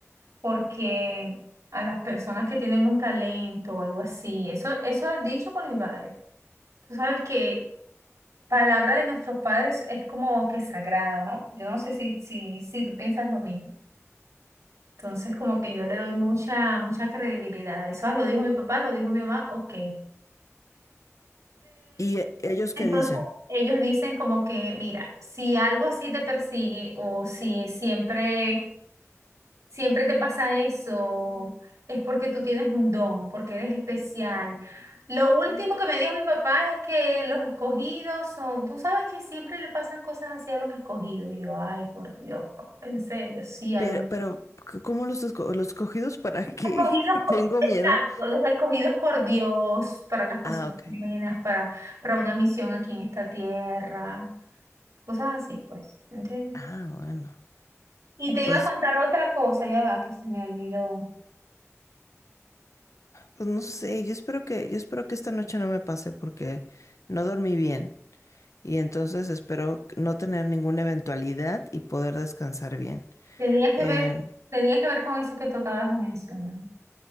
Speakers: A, on the right; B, on the left.
A: porque a las personas que tienen un talento o algo así, eso, eso es dicho por mi padre. Tú sabes que palabra de nuestros padres es como que sagrada, ¿no? Yo no sé si, si, si tú piensas lo mismo. Entonces, como que yo le doy mucha, mucha credibilidad eso. "Ah, lo dijo mi papá, lo dijo mi mamá, ok. Eh,
B: Y e- ellos
A: entonces,
B: qué dicen,
A: ellos dicen como que, mira, si algo así te persigue o si siempre, siempre te pasa eso, es porque tú tienes un don, porque eres especial. Lo último que me dijo mi papá es que los escogidos son, tú sabes que siempre le pasan cosas así a los escogidos. Y yo, ay, por Dios, papá, en serio, sí, a
B: pero,
A: los
B: pero, c- ¿cómo los, esco- los escogidos para qué?
A: Escogidos, po-
B: <laughs> Tengo
A: exacto,
B: miedo.
A: los escogidos por Dios para las cosas
B: Ah, ok.
A: buenas, para, para una misión aquí en esta tierra, cosas así, pues, ¿entiendes?
B: Ah, bueno.
A: Y te iba
B: Pues,
A: a contar otra cosa, ya va, que se me olvidó.
B: pues no sé, yo espero que, yo espero que esta noche no me pase porque no dormí bien. y entonces espero no tener ninguna eventualidad y poder descansar bien.
A: Tenía que
B: Eh,
A: ver, tenía que ver con eso que tú acabas de mencionar.